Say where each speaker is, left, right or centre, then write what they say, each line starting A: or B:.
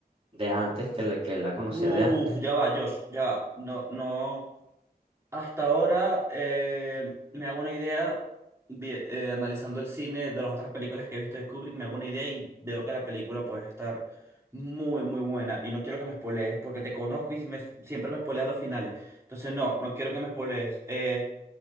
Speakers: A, on the right; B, on the right.
A: de antes, que, le- que él la conocía
B: Uf,
A: de antes.
B: ya va, Josh, ya va. No, no. Hasta ahora eh, me hago una idea, vi- eh, analizando el cine de las otras películas que he visto de Kubrick, me hago una idea y veo que la película puede estar muy, muy buena. Y no quiero que me spoilees porque te conozco y si me- siempre me spoileas los finales. Entonces, no, no quiero que me spoilees. Eh,